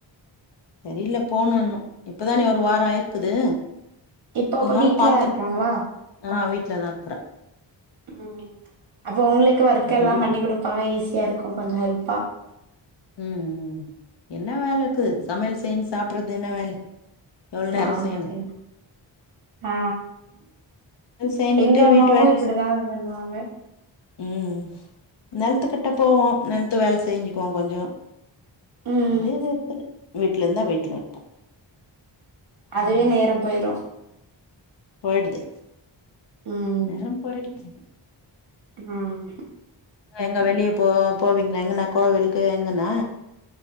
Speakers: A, on the left; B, on the right.
A: தெரியல போனு இன்னு இப்பதானே ஒரு வாரோ ஆயிருக்குது
B: இப்போ
A: கொஞ்ச
B: அப்ப
A: நாள்
B: வீட்ல
A: பாத்துட்
B: இருக்காங்களா
A: ஆ வீட்லதா இருக்குறே
B: ம் அப்போ உங்களுக்கு ஒர்க் எல்லாம்
A: பெரிய
B: பண்ணி குடுப்பாங்க ஈஸியா இருக்கும் கொஞ்சம் ஹெல்ப்பா
A: ம் ம் என்ன வேல இருக்கு சமையல் செஞ்சு சாப்புட்றது தானே வேல எவுள் நேரோ
B: ஆமா
A: செய்னு
B: அது ஆ
A: செஞ்சுட்டு
B: எங்க அம்மாவு
A: வீட்டு வேல
B: இப்படிதா பண்ணுவாங்க
A: ம் நெலத்துக்கிட்ட போவோ நெலத்து வேல செஞ்சுக்குவோ கொஞ்சோ
B: ம்
A: அதே இது வந்து வீட்ல இருந்தா வீட்ல இருப்போ
B: அதுவே
A: அம்
B: நேரம் போயிரு
A: போயிடுது
B: ம்
A: நேரோ போயிடுச்சி
B: ம்
A: எங்க வெளியே போவோ போவிங்கள எங்கன்னா கோவிலுக்கு எங்கன்னா